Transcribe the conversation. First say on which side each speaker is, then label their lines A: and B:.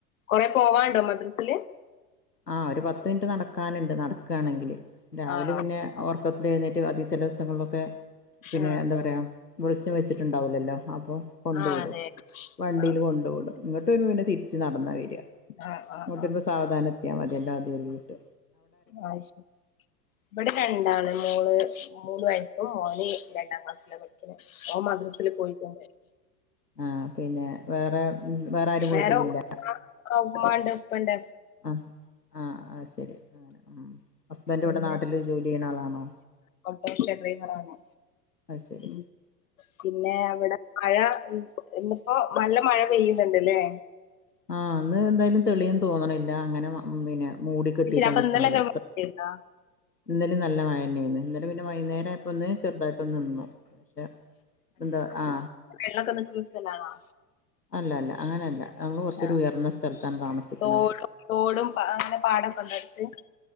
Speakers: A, on the left; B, on the left.
A: കൊറെ പോവാണ്ടോ മദ്രസില്?
B: ആഹ് ഒരു പത്ത് മിനിറ്റ് നടക്കാനുണ്ട് നടക്കാണെങ്കില് രാവിലെ
A: ആണോ
B: പിന്നെ ഒർക്കത്തി എഴുന്നേറ്റ് അദ്യം ചില ദിവസങ്ങളിലൊക്കെ പിന്നെ
A: ആ
B: എന്താ പറയാ വെളിച്ചം വെച്ചിട്ടുണ്ടാവില്ലല്ലോ അപ്പൊ കൊണ്ട്
A: ആ
B: വിടും
A: അതെ
B: വണ്ടിയിൽ
A: ആ
B: കൊണ്ടു വ്ടും ഇങ്ങോട്ട് വരുമ്പൊ പിന്നെ തിരിച്ച് നടന്നാ വരാ
A: ആ ആ
B: ങ്ങട്ട്
A: ആ
B: വരുമ്പൊ സാവധാനത്തിയാ മതില്ലോ അതെര്തിട്ട്
A: അഅ് ശരി ബടെ രണ്ടാള് മോള് മൂന്ന് വയസ്സും മോന് രണ്ടാം ക്ലാസ്സിലാ പഠി ഓൻ മദ്രസില് പോയിട്ട <inaudible>
B: ആ പിന്നെ വേറെ ഉം വേറെ ആരും
A: വേറെ
B: വീട്ടിലില്ല
A: <inaudible> മ്മണ്ട് പ്പണ്ട്
B: ആ ആ ആ ശരി അ ഉം ഹസ്ബൻഡ്
A: പിന്നെ
B: വിടെ നാട്ടില് ജോലി ചെയ്യണ ആളാണോ?
A: ഓട്ടോറിക്ഷ ഡ്രൈവറാണ്
B: അഅ് ശരി
A: ഉം പിന്നെ അവിടെ മഴ ഇന്നിപ്പോ നല്ല മഴ പെയ്യുന്നുണ്ട്ല്ലേ?
B: ആഹ ന്ന് എന്തായാലും തെളിയും തോന്നണില്ല അങ്ങനെ പിന്നെ മൂടി കെട്ടീട്ടാ
A: ശരി അപ്പൊ
B: നിക്കണത്
A: ഇന്നലൊക്കെ മഴയായിരുന്നോ
B: ഇന്നലെം നല്ല മയന്നെയ്ന് ഇന്നലെ പിന്നെ വൈന്നേരം ആയ പ്പം ഒന്ന് ചെറുതായ്ട്ടൊന്ന് നിന്നു പക്ഷെ എന്താ ആ
A: വെള്ളക്കൊ നിക്ക്ന്ന സ്ഥലാണോ?
B: അല്ല അല്ല അങ്ങനെയ അല്ല നമ്മള് കുറച്ചൂയർന്ന
A: ആഹ്
B: സ്ഥലത്താണ് താമസിക്കുന്നത്
A: തോടും തോടും അങ്ങനെ പാടൊ കൊണ്ടെടുത്ത്